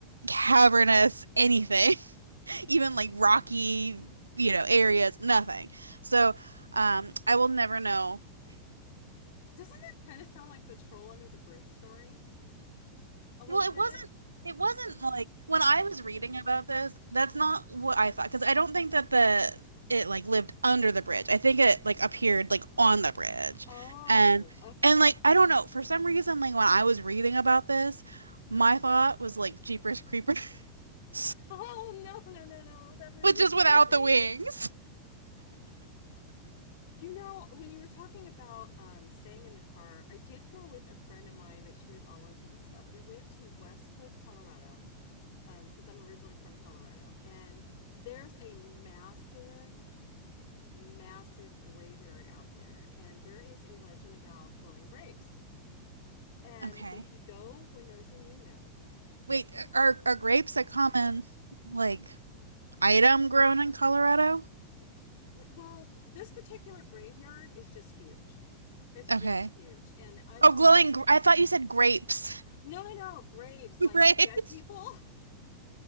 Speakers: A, on the right (about 80°); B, on the left (about 55°).
A: cavernous anything <laughs> even like rocky you know areas nothing so um, I will never know
B: Doesn't that kind of sound like the troll under the bridge story? A little
A: well it
B: bit?
A: wasn't it wasn't like when I was reading about this, that's not what I thought because I don't think that the it like lived under the bridge. I think it like appeared like on the bridge.
B: Oh,
A: And
B: okay.
A: and like I don't know, for some reason like when I was reading about this, my thought was like Jeepers Creepers, <laughs>
B: Oh, no, no, no, no. That movie
A: but just
B: scares
A: without
B: me.
A: the wings.
B: You know, when you were talking about um, staying in the car, I did go with a friend of mine that she was all into this stuff. We went to West Cliff, Colorado because um, I'm originally from Colorado, and there's a massive, massive graveyard out there, and there is a legend about glowing grapes. And
A: Okay.
B: if you go when there's a new moon,
A: Wait, are are grapes a common like item grown in Colorado?
B: well, this particular graveyard is just huge. It's just
A: Okay.
B: huge. And I don't,
A: Oh, glowing gr- I thought you said grapes.
B: no, no, no, graves
A: <laughs>
B: like
A: Grapes.
B: dead people.